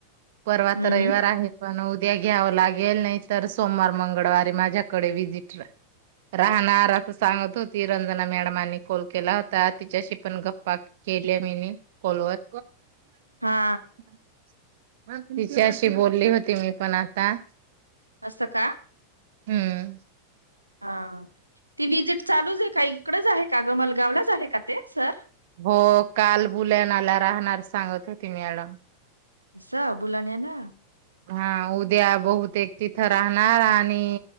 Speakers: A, on the right; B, on the right.
A: परवा
B: हम्म
A: तर रविवार आहे, पण उ उदया घ्यावं लागेल नाही, तर- सोमवार, मंगळवारी माझ्या कडे विजिट राहणार, अस सांगत होती, रंजना मॅडमांनी कॉल केला होता, तिच्याशी पण ग पाक केले मी कॉलवर-
B: हा
A: <unintelligible> तिच्याशी बोलली होती, मी पण आता-
B: असं का?
A: हम्म.
B: हा ती व्हिजिट चालूच आहे का? इकडच आहे का ग? मलगावलाच आहे का? ते सर.
A: हो, काल बुलानाला राहणार सांगत होती, मॅडम.
B: स बुलाण्या ना <unintelligible>
A: हा उद्या बहुतेक तिथं राहणार आणि